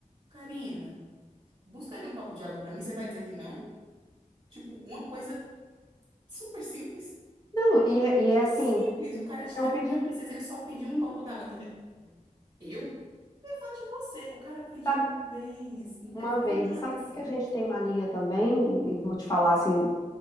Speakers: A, on the right (about 40°); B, on the left (about 25°).
A: Karina, busca ali um copo de água pra mim, você vai dizer que não? Tipo, uma coisa super simples,
B: Não, e é,
A: um pedido
B: e é assim,
A: simples. O cara te
B: é
A: trata
B: um pedido,
A: que nem uma princesa, ele só pediu um
B: sim,
A: copo d'água e também. Eu? Levante você. O cara pediu
B: sabe,
A: uma vez, não quer
B: uma
A: fazer
B: vez.
A: nada
B: E sabe o
A: assim.
B: que que a gente tem mania também? E vou te falar assim,